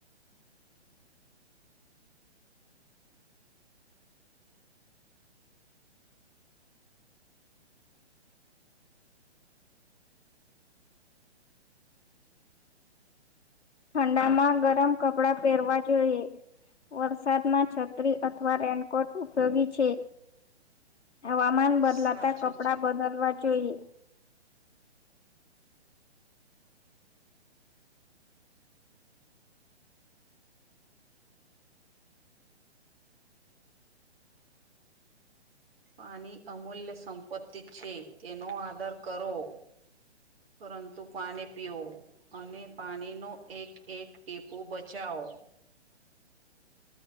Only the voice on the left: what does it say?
ઠંડા માં ગરમ કપડા પહેરવા જોઈએ. વરસાદમાં છત્રી અથવા રેનકોટ ઉપયોગી છે. હવામાન બદલાતા
કપડાં
બદલવા જોઈએ.